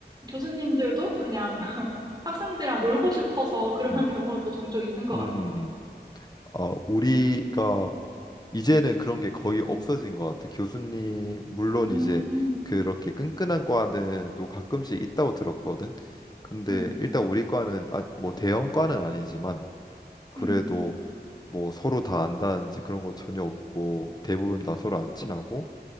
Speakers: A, on the right (about 25°); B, on the left (about 25°).
A: 교수님들도 그냥 <laughs> 학생들이랑 놀고 싶어서 그러는
B: 음,
A: 경우도 종종 있는 것
B: 음,
A: 같아.
B: 음. 음. 아, 우리가 이제는 그런 게 거의 없어진 것 같아. 교수님, 물론
A: 음,
B: 이제 그렇게 끈끈한 과는 또 가끔씩 있다고 들었거든. 근데
A: 음,
B: 일단 우리 과는 아, 뭐 대형 과는 아니지만 그래도
A: 음,
B: 뭐 서로 다 안다든지 그런 거 전혀 없고 대부분 다 서로 안 친하고